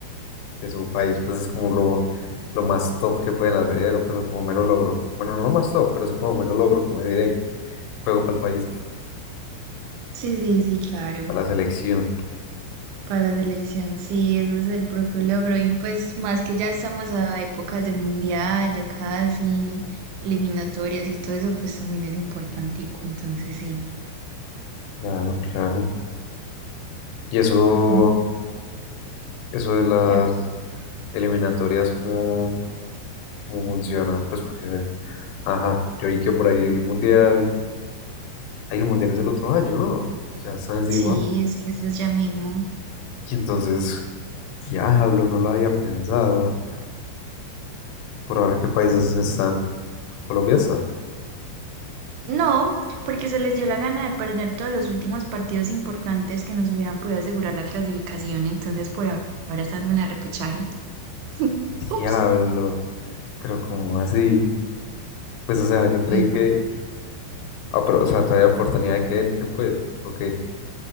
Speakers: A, on the left; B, on the right.
A: de su país, pues es como lo, lo más top que pueden hacer, o pues o como mero logro. Bueno, no lo más top, pero sí como mero logro, como decir, hey, juego para el país,
B: Sí, sí, sí, claro,
A: para la selección.
B: para la selección, sí, ese es el propio logro, y pues más que ya estamos a épocas de mundial, ya casi, eliminatorias y todo eso, pues también es importantico, entonces sí.
A: Claro, claro. Y eso,
B: Oh,
A: eso de las
B: qué-
A: eliminatorias, ¿cómo, cómo funciona? Pues porque, ajá, yo vi que por ahí el mundial, ahí el mundial es el otro año, ¿no? Ya está encima.
B: Sí, es que eso es ya mismo.
A: Y entonces, diablo, no lo había pensado. Por ahora, ¿qué países están? Colombia está.
B: No, porque se les dio la gana de perder todos los últimos partidos importantes que nos hubieran podido asegurar la clasificación, entonces por a- ahora están en zona de repechaje. <laughs>
A: Diablo,
B: Ups.
A: pero ¿cómo así? Pues, o sea, yo creí
B: Imagínate.
A: que, ah, pero, o sea, todavía hay oportunidad de que entren, pues, ¿o qué?